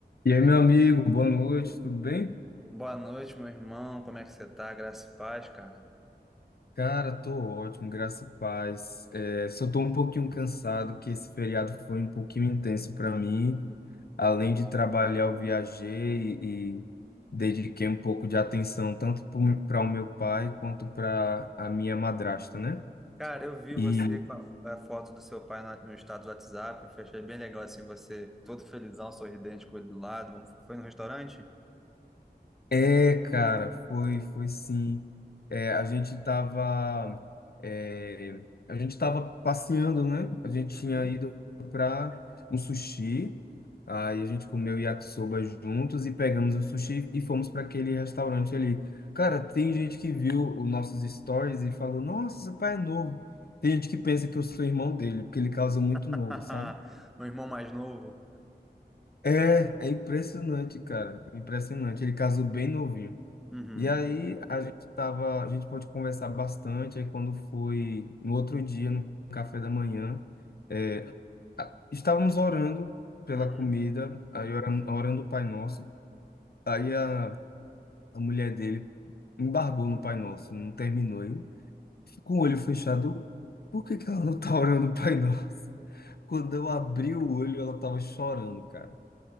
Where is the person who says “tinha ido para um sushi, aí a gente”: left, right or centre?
Left